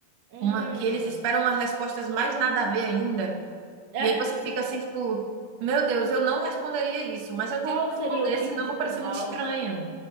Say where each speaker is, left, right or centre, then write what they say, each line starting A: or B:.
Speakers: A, on the right (about 80°); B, on the right (about 60°).
A: hum.
B: Uma, que eles esperam umas respostas mais nada a ver ainda.
A: É,
B: E aí você fica assim, tipo, meu Deus, eu não responderia isso, mas eu
A: Qual
B: tenho que responder,
A: seria o tipo
B: senão
A: de
B: eu vou
A: animal?
B: parecer muito estranha,